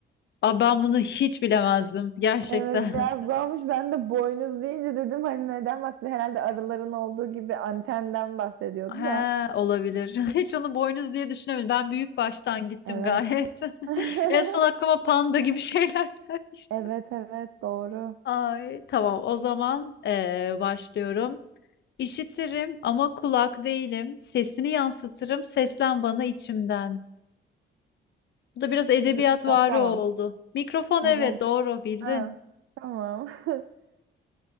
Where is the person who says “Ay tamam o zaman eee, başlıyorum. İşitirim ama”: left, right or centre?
Left